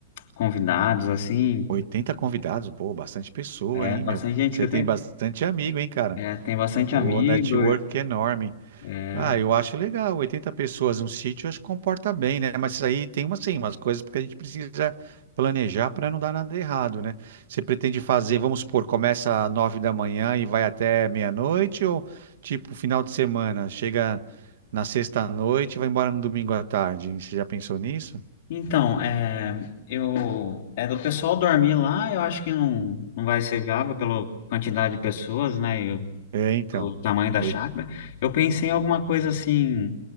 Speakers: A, on the left (about 45°); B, on the right (about 60°).
A: convidados, assim.
B: 80 convidados, pô, bastante pessoa,
A: É,
B: hein,
A: bastante
B: meu?
A: gente
B: Você
A: que eu
B: tem
A: tenho.
B: bastante amigo, hein, cara?
A: É, tem bastante
B: Pô,
A: amigo.
B: network enorme.
A: É.
B: Ah, eu acho legal. 80 pessoas num sítio, eu acho que comporta bem, né? Mas isso aí tem uma, sim, umas coisas porque a gente precisa planejar para não dar nada errado, né? Você pretende fazer, vamos supor, começa às 9 da manhã e vai até meia-noite ou tipo final de semana, chega na sexta-noite e vai embora no domingo à tarde? Você já pensou nisso?
A: Então, é, eu, é do pessoal dormir lá, eu acho que não, não vai ser viável pela quantidade de pessoas, né, e o,
B: É, então.
A: o tamanho da
B: Oi.
A: chácara. Eu pensei em alguma coisa assim,